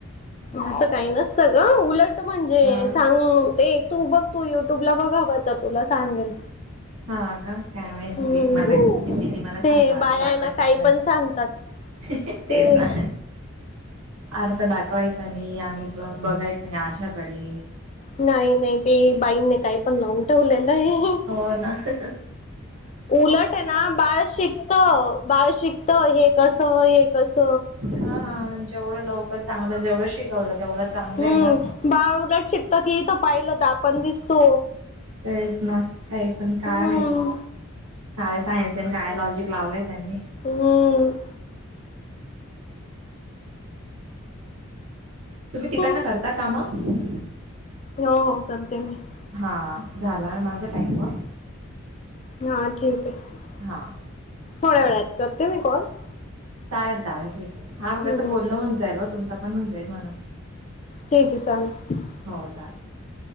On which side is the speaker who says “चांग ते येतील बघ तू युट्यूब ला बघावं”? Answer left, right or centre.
Left